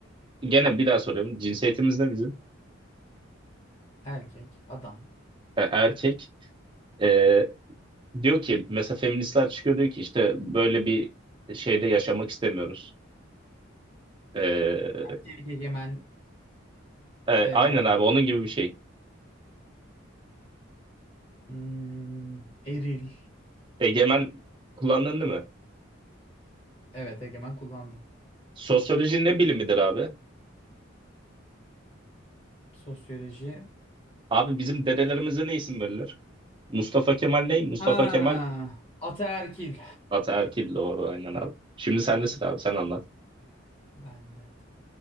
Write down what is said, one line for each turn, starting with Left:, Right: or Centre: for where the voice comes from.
Right: gene bir daha soruyorum. Cinsiyetimiz ne bizim?
Left: Erkek, adam.
Right: E, erkek. E, diyor ki mesela feministler çıkıyor diyor ki işte böyle bir şeyde yaşamak istemiyoruz. E,
Left: Erkek egemen,
Right: e,
Left: eee,
Right: aynen abi onun gibi bir şey.
Left: hmm, eril.
Right: Egemen kullanıldı mı?
Left: Evet egemen kullandım.
Right: Sosyoloji ne bilimidir abi?
Left: Sosyoloji.
Right: Abi bizim dedelerimize ne isim verilir? Mustafa Kemal ne? Mustafa
Left: Ha,
Right: Kemal
Left: ataerkil.
Right: ataerkil doğru aynen abi. Şimdi sen nesin abi sen anlat.
Left: Ben de.